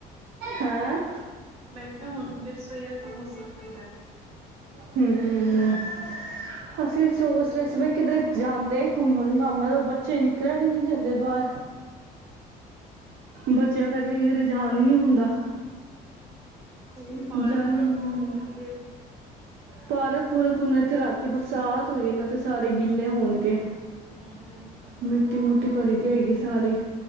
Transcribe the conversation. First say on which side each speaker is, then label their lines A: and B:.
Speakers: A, on the right; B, on the right.
A: ਹੈਂ
B: ਮੈਂ ਕਿਹਾ ਹੁਣ ਫਿਰ ਸਵੇਰ ਦਾ ਮੋਸਮ ਠੰਡਾ ਐ।
A: ਹੂੰ ਹੂੰ ਹੂੰ। ਅਸੀਂ ਸੋਚ
B: ਹੋਰ
A: ਰਹੇ ਸੀ ਵੀ ਕਿਧਰੇ ਜਾਂਦੇ ਘੁੰਮਣ ਘਾਮਣ ਬੱਚੇ ਨ ਨਿਕਲਣ ਨਹੀਂ ਦਿੰਦੇ ਬਾਹਰ ਬੱਚਿਆਂ ਕਰਕੇ ਕਿਧਰੇ ਜਾਣ ਹੀ ਨੀ ਹੁੰਦਾ
B: ਕੋਈ ਨੀ ਪਾਰਕ
A: ਜਾਇਆ ਹੀ
B: ਪੂਰਕ
A: ਨਹੀਂ
B: ਘੁੰਮੋ
A: ਜਾਂਦਾ
B: ਕਿੱਥੇ
A: ਪਾਰਕ ਪੂਰਕ ਹੁਣ ਇੱਥੇ ਰਾਤੀ ਬਰਸਾਤ ਹੋਈ ਆ ਨਾ ਤੇ ਸਾਰੇ ਗਿੱਲੇ ਹੋਣਗੇ
B: ਹਾਂ ਇਹ ਤਾਂ ਹੈ ਹੀ।
A: ਮਿੱਟੀ ਮੂਟੀ ਭਰੀ ਹਹੋਏ ਗਈ ਸਾਰੀ